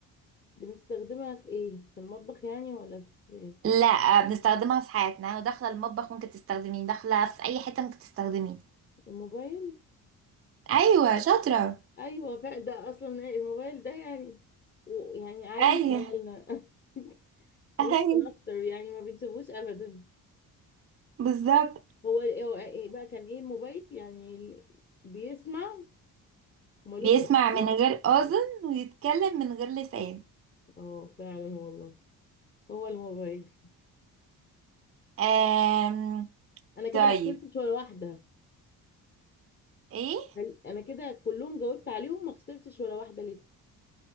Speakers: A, on the left; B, on the right.
A: بنستخدمها في ايه في المطبخ يعني ولا في
B: لا آه، بنستخدمها في حياتنا وداخله المطبخ ممكن تستخدميه داخله في اي حته ممكن تستخدميه
A: الموبايل
B: ايوه شاطره
A: ايوه فعلا ده اصلا الموبايل ده يعني ويعني عيل
B: ايوه
A: في عيالنا <laughs> ويمكن
B: ايوه
A: اكتر يعني ما بنسيبوش ابدا
B: بالظبط
A: هو هو إيه بقى كان ايه الموبايل يعني ال- بيسمع ومالوش
B: بيسمع
A: أصول
B: من غير اذن ويتكلم من غير لسان
A: اه فعلا والله هو الموبايل
B: آم...
A: انا كده
B: طيب
A: ما خسرتش ولا واحدة
B: ايه
A: هل- انا كده كلهم جاوبت عليهم ما خسرتش ولا واحدة لسه